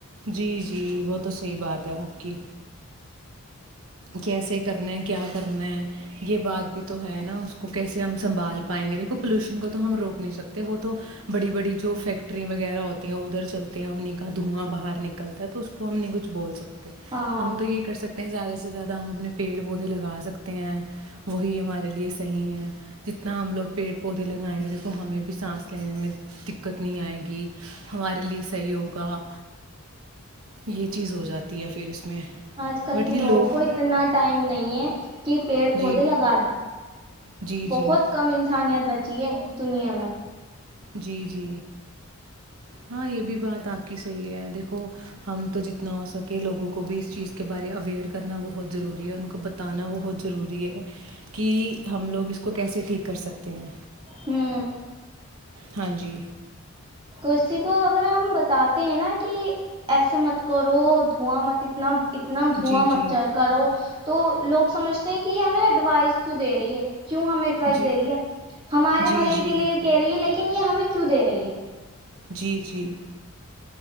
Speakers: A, on the right; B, on the right.
A: جی جی وہ تو صحیح بات ہے آپ کی کیسے کرنا ہے کیا کرنا ہے یہ بات بھی تو ہے نا اس کو کیسے ہم سنبھال پائیں گے دیکھو پولیوشن کو تو ہم روک نہیں سکتے وہ تو بڑی بڑی جو فیکٹری وغیرہ ہوتی ہیں ادھر چلتے ہیں انہی کا دھواں باہر نکلتا ہے تو اس کو ہم نے کچھ بول سکتے ہیں
B: ہاں
A: ہم تو یہ کر سکتے ہیں زیادہ سے سب سے زیادہ ہم اپنے پیڑ پودے لگا سکتے ہیں وہی ہمارے لیے صحیح ہیں جتنا ہم لوگ پیڑ پودے لگائیں گے دیکھو ہمیں بھی سانس لینے میں دقت نہیں آئے گی ہمارے لیے صحیح ہوگا یہ چیز ہو جاتی ہے پھر اس میں
B: آج کل
A: بٹ
B: کے
A: یہ
B: لوگوں
A: لوگ
B: کو اتنا ٹائم نہیں ہے کہ پیڑ پودے
A: جی
B: لگا دیں
A: جی
B: بہت
A: جی
B: کم انسانی ت بچی ہے دنیا میں
A: جی جی ہاں یہ بھی بات آپ کی صحیح ہے دیکھو ہم تو جتنا ہو سکے لوگوں کو بھی اس چیز کے بارے اویئر کرنا بہت ضروری ہے ان کو بتانا بہت ضروری ہے کہ ہم لوگ اس کو کیسے ٹھیک کر سکتے ہیں
B: ہوں
A: ہاں جی
B: کسی کو اگر ہم بتاتے ہیں نا کہ ایسے مت کرو دھواں مت اتنا اتنا دھواں
A: جی جی
B: مچھر کرو تو لوگ سمجھتے ہیں کہ ہمیں ایڈوائز کیوں دے رہی ہے کیوں ہمیں ایٹوائس
A: جی
B: دے رہی ہے ہمارے
A: جی
B: بھلے
A: جی
B: کے لیے کہہ رہی ہے لیکن ن یہ ہمیں کیوں دے رہی ہے
A: جی جی